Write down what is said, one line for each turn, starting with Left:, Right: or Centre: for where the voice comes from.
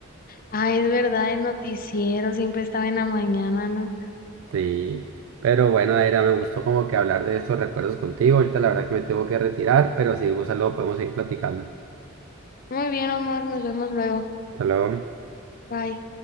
Left: Ah, es verdad, el noticiero siempre estaba en la mañana, ¿no?
Right: sí. Pero bueno, era, me gustó como que hablar de estos recuerdos contigo. Ahorita la verdad que me tengo que retirar, pero sí, un luego podemos seguir platicando.
Left: Muy bien, Omar, nos vemos luego.
Right: Hasta luego.
Left: Bye.